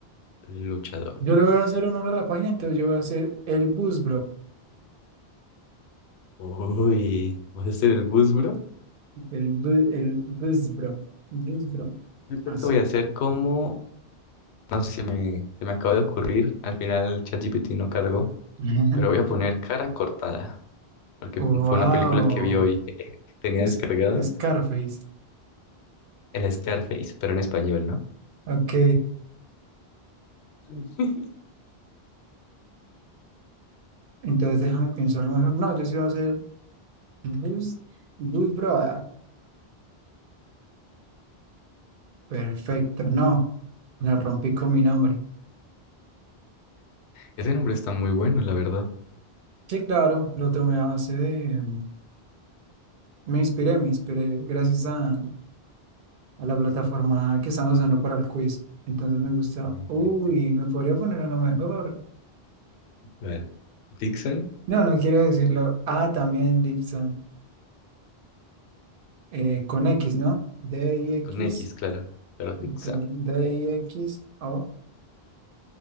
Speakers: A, on the left; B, on the right.
A: luchador.
B: Yo le voy a hacer honor a la página, entonces yo voy a hacer el Bus,
A: Uy, ¿vas a ser el bus, bro?
B: El, bu- el Buzbro. Buzbro.
A: Yo creo
B: Así.
A: que voy a hacer como, no sé si me, se me acaba de ocurrir, al final el ChatGPT no cargó,
B: <laughs>
A: pero voy a poner cara cortada, porque
B: Wow.
A: fue una película que vi hoy <laughs> que tenía
B: Es,
A: descargada.
B: Scarface.
A: El Scarface, pero en español, ¿no?
B: Ok.
A: <laughs>
B: Entonces déjame pensar mejor. No, yo sí voy a hacer Bus, bus broda Perfecto. No. La rompí con mi nombre.
A: Ese nombre está muy bueno, la verdad. <laughs>
B: Sí, claro. Lo tomé a base de. Me inspiré, me inspiré. Gracias a, a la plataforma que estamos usando para el quiz. Entonces me gusta.
A: Sí.
B: Uy, me podría poner uno mejor.
A: Vale. Dixon,
B: No, no quiero decirlo. Ah, también Dixon. eh, con X, ¿no? D-I-X.
A: con X, claro, pero Dixon.
B: D-I-X. O.